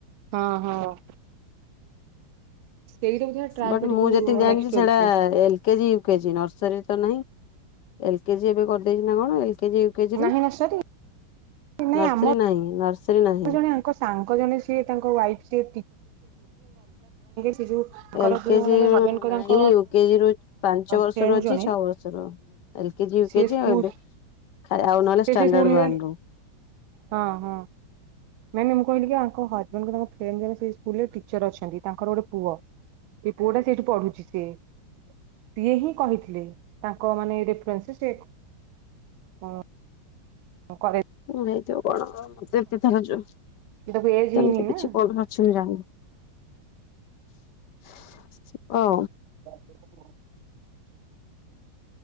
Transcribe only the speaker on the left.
ବଟ
ମୁଁ ଯେତିକି ଜାଣିଛି
ସେଟା
ଏଲ କେଜି ଜି ନର୍ସରୀ ତ ନାହିଁ ଏଲ କେଜି ଏବେ କରିଦେଇଛି ନା କଣ ଏ କେଜି ଲକେଜି
ରୁ
ନର୍ସରୀ
ନାହିଁ ନର୍ସରୀ ନାହିଁ।
ଏଲକେଜି
ନାଇଁ
ୟୁକେଜି ରୁ ପାଞ୍ଚ ବର୍ଷ
ର ଅଛି
ଛଅ ବର୍ଷରୁ ଏ କେଜିୟ
କେଜି
ଏବେ ଖ ଆଉ। ନହେଲେ
ଷ୍ଟାଣ୍ଡାର୍ଡ
ୱାନ।
ଆ କଣ ସେତି ଧର ସେମିତି
କିଛି
କର ଅଛନ୍ତି ଜାଣିନୁ <inaudible> ଓ